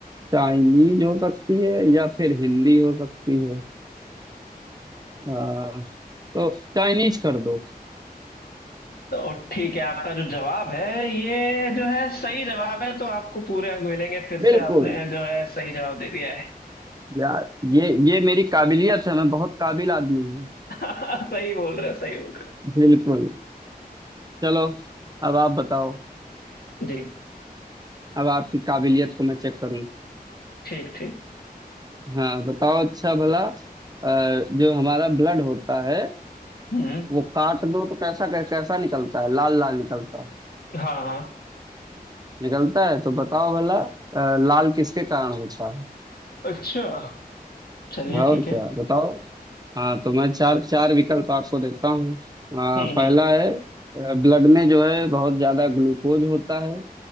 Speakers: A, on the right (about 25°); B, on the left (about 75°).
A: चाइनीज हो सकती है या फिर हिंदी हो सकती है अ, तो चाइनीज कर दो
B: तो ठीक है आपका जो जवाब है ये जो है सही जवाब है तो आपको पूरे अंक मिलेंगे फिर
A: बिल्कुल
B: से आपने जो है सही जवाब दे दिया है
A: यार ये ये मेरी काबिलियत है मैं बहुत काबिल आदमी हूँ
B: <laughs> सही बोल रहे हो सही बोल रहे
A: बिल्कुल चलो अब आप बताओ
B: हो जी
A: अब आपकी काबिलियत को मैं चेक करूँ
B: ठीक ठीक
A: हाँ बताओ अच्छा भला अ, जो हमारा ब्लड होता है
B: हम्म
A: वो काट दो तो कैसा कैसा निकलता है लाल लाल निकलता है
B: हाँ हाँ
A: निकलता है तो बताओ भला अ, लाल किसके कारण होता है
B: अच्छा चलिए
A: और
B: ठीक है
A: क्या बताओ हाँ तो मैं चार चार विकल्प आपको देता हूँ अ,
B: हम्म
A: पहला है ब्लड में जो है बहुत ज्यादा ग्लूकोज होता है